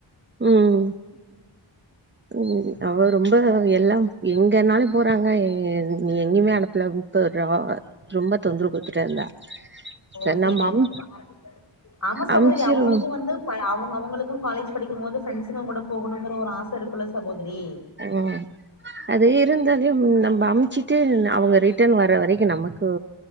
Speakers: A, on the right (about 25°); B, on the left (about 45°).
A: உம் உ
B: நமக்கு
A: அவ ரொம்ப எல்லா எங்கன்னாலு போறாங்க ஏ நீ எங்கேயுமே அனுப்பலப் போரோ ரொம்ப தொந்தரவு கொடுத்துட்டே இருந்தா
B: ஓ
A: சரி
B: செரிங்கப்பா
A: நம்ம அம்
B: ஆமா சகோதரி
A: அமுச்சிருவோம்
B: அவங்களுக்கு வந்து அவங் அவுங்களுக்கு காலேஜ் படிக்கும் போது பிரண்டசுங்க‌ கூட போகணுங்கிற ஒரு ஆச இருக்குல்ல சகோதரி
A: ஓ அது இருந்தது நம்ம அம்ச்சுட்டு அவங்க ரிட்டர்ன் வர்ரவரைக்கு நமக்கு